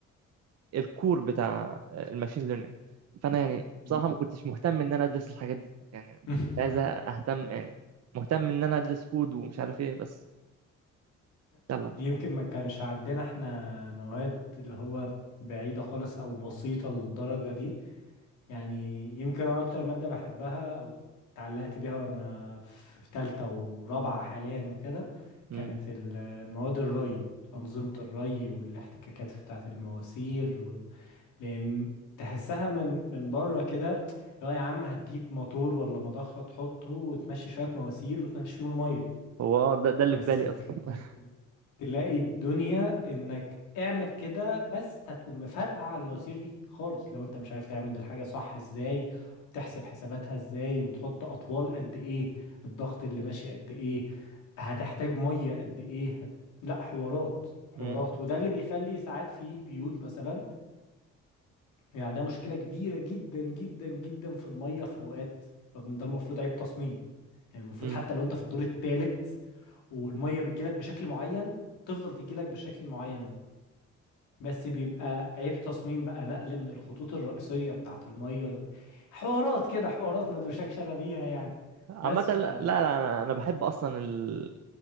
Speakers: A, on the right (about 55°); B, on the left (about 85°).
A: الكور بتاع الماشين ليرنينج فانا يعني
B: مم.
A: بصراحه ما كنتش مهتم ان انا ادرس الحاجات دي يعني كنت
B: <laughs>
A: عايز اهتم يعني مهتم ان انا ادرس كود ومش عارف ايه بس يلا
B: يمكن
A: مش مشكله
B: ما كانش عندنا إحنا مواد اللي هو بعيدة خالص أو بسيطة للدرجة دي يعني يمكن انا اكتر ماده بحبها او اتعلقت بيها وانا في في تالتة ورابعه حاليا وكده
A: مم.
B: كانت ال- مواد الري انظمه الري والاحتكاكات بتاعه المواسير و... لان تحسها من من بره كده لو يا عم هتجيب موتور ولا مضخه تحطه وتمشي شويه مواسير وتمشي فيهم الميه
A: هو آه ده, ده اللي
B: بس
A: في بالي
B: تلاقي
A: اصلا <laughs>
B: تلاقي الدنيا انك اعمل كده بس هتقوم مفرقع على المواسير دي خالص لو انت مش عارف تعمل الحاجة صح ازاي وبتحسب حساباتها ازاي وتحط اطوال قد ايه الضغط اللي ماشي قد ايه هتحتاج مية قد ايه هت... لا حوارات حوارات
A: مم.
B: وده اللي بيخلي ساعات في بيوت مثلا يعني عندها مشكلة كبيرة جدا جدا جدا في المية في اوقات رغم ان ده المفروض عيب تصميم يعني المفروض
A: مم.
B: حتى لو انت في الدور الثالث والميه بتجيلك بشكل معين تفضل تجيلك بالشكل المعين ده بس بيبقى عيب تصميم بقى نقل من الخطوط الرئيسية بتاعت الميه ل- حوارات كده حوارات ما دوشكش انا بيها يعني
A: عامه
B: بس
A: لا
B: ف
A: لا لا، انا انا بحب اصلا ال-